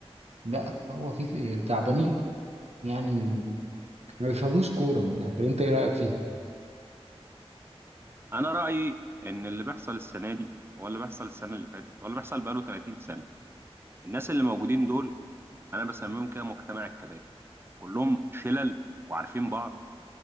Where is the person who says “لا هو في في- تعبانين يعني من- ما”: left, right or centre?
Right